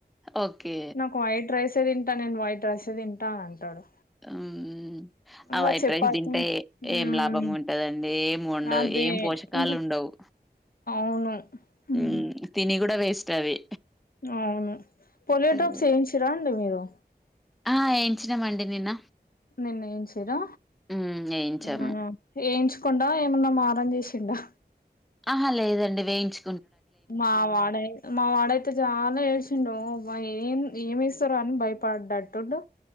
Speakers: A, in the centre; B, on the left.
A: ఓకే
B: నాకు వైట్ రైసే తింటా నేను వైట్ రైసే తింటా అంటాడు
A: ఉమ్
B: ఇంగ
A: ఆ వైట్
B: చపాతి
A: రైస్ తింటే
B: మ్మ్
A: ఏం లాభం ఉంటదండి ఏం ఉండదు
B: అదే
A: ఏం పోషకాలు
B: ఇంక
A: ఉండవు
B: అవును హ్మ్.
A: ఉమ్ తిని కూడా వేస్ట్ అవి
B: అవును పోలియో
A: హ్మ్.
B: డ్రాప్స్ వేయించరా అండి మీరు
A: ఆ ఎంచినమండి నిన్న
B: నిన్న ఏంచీరా
A: హ్మ్ ఏయించాము.
B: నిన్ననే ఏయించకుండా ఏమన్నా మారం చేసిండా?
A: ఆహా లేదండి, వేయించు
B: మా వాడై మా వాడైతే చాలా ఏడ్చిండు అబ్బ ఏం ఏమి ఏస్తరో అని భయపడ్డటుండు.